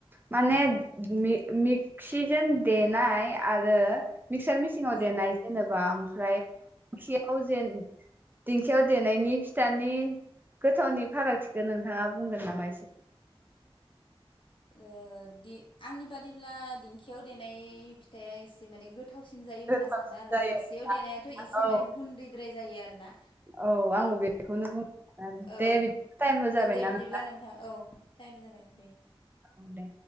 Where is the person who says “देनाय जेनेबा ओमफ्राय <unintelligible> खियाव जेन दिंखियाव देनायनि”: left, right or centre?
Right